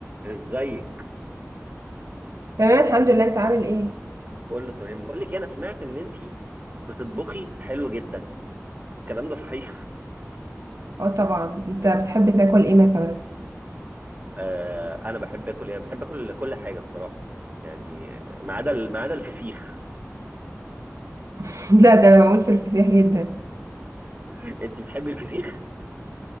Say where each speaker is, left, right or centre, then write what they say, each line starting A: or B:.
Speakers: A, on the right (about 35°); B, on the right (about 75°).
A: ازيك
B: تمام الحمد لله انت عامل ايه
A: كله تمام بقول لك إيه، انا سمعت ان انت بتطبخي حلو جدا الكلام ده صحيح <laughs>
B: اه طبعا انت بتحب تاكل ايه مثلا
A: آه انا بحب اكل ايه أنا بحب اكل كل حاجه بصراحه يعني ما عدا ال- ما عدا الفسيخ
B: <laughs> لا ده انا بموت في الفسيخ جدا
A: <laughs> انت بتحبي الفسيخ